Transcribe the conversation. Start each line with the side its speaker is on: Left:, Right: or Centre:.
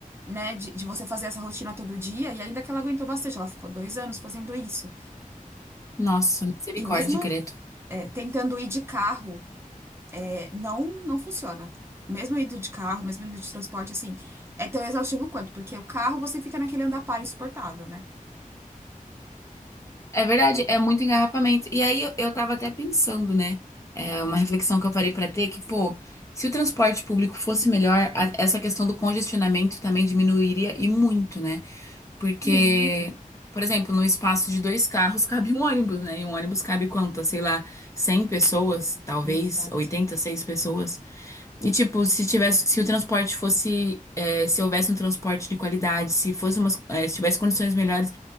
Right: né, de, de você fazer essa rotina todo dia. E ainda que ela aguentou bastante, ela ficou dois anos fazendo isso.
Left: Nossa, misericórdia,
Right: E mesmo
Left: Creto.
Right: é, tentando ir de carro. Não, não funciona. Mesmo indo de carro, mesmo indo de transporte, assim, é tão exaustivo quanto, porque o carro você fica naquele andar par insuportável, né?
Left: É verdade, é muito engarrafamento. E aí eu, eu tava até pensando, né? É uma reflexão que eu parei para ter que, pô, se o transporte público fosse melhor, a- essa questão do congestionamento também diminuiria e muito, né? Porque,
Right: Muito.
Left: por exemplo, no espaço de dois carros cabe um ônibus, né? E um ônibus cabe quantas? Sei lá, 100 pessoas, talvez,
Right: Exato.
Left: 86 pessoas. E, tipo, se tivesse, se o transporte fosse, é, se houvesse um transporte de qualidade, se fosse umas, é, se tivesse condições melhores,